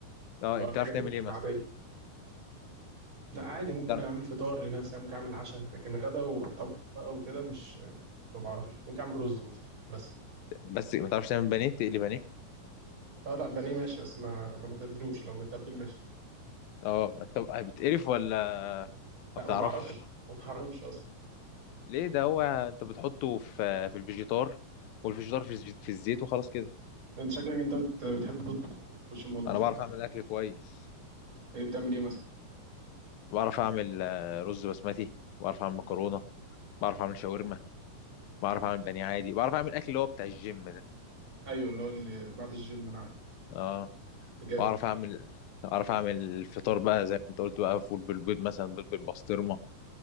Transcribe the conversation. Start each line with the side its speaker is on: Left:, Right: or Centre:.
Left: اه
Right: اللي هو
Left: بتعرف
Right: الحاجات
Left: تعمل
Right: العادية
Left: ايه مثلا
Right: لا عادي ممكن
Left: بتعرف
Right: أعمل فطار لنفسي ممكن أعمل عشاء لكن غدا وطبيخ بقى وكده مش ما بعرفش ممكن أعمل رز مثلا بس
Left: بس ما تعرفش تعمل بانيه تقلي بانيه
Right: اه لا بانيه ماشي بس ما ما بتبلوش لو متبل ماشي
Left: اه ما انت بتقرف ولا
Right: لا
Left: ما بتعرفش
Right: ما بعرفش ما بعرفش اصلا
Left: ليه ده هو انت بتحطه في في الفيجيتار والفيجيتار في الز- في الزيت وخلاص كده
Right: انت شكلك انت بت- بتحب تطبخ وتخش المطبخ
Left: انا بعرف
Right: وبتاع
Left: اعمل اكل كويس
Right: ايه بتعمل ايه مثلا
Left: بعرف اعمل آه، رز بسمتي بعرف اعمل مكرونه بعرف اعمل شاورما بعرف اعمل بانيه عادي بعرف اعمل اكل اللي هو بتاع الجيم ده
Right: ايوه اللي هو اللي بعد الجيم انا عارف
Left: اه
Right: جامد
Left: واعرف اعمل اعرف اعمل الفطار بقى زي ما انت قلت بقى فول بالبيض مثلا بيض بالبسطرمه